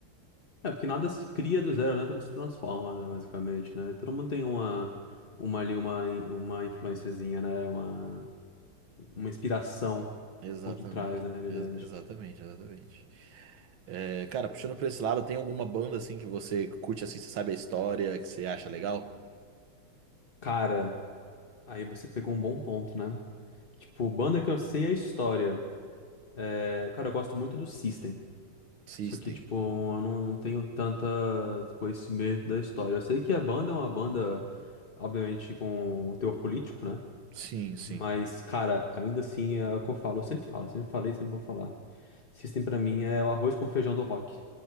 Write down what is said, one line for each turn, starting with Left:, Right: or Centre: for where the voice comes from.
Left: É, porque nada se cria do zero, né? Tudo se transforma, né, basicamente, né? Todo mundo tem uma, uma ali, uma, in- uma influenciazinha, né? Uma, uma inspiração
Right: Exatamente.
Left: por detrás, na realidade.
Right: Ex- exatamente, exatamente. É, cara, puxando pra esse lado, tem alguma banda assim que você curte assim, você sabe a história, que você acha legal?
Left: Cara, aí você pegou um bom ponto, né? Tipo, banda que eu sei é a história. É, cara, eu gosto muito do System.
Right: System.
Left: Só que, tipo, eu não tenho tanta conhecimento da história. Eu sei que a banda é uma banda, obviamente, com o teor político, né?
Right: Sim, sim.
Left: Mas, cara, ainda assim é o que eu falo, eu sempre falo, eu sempre falei, sempre vou falar. System pra mim é o arroz com feijão do rock.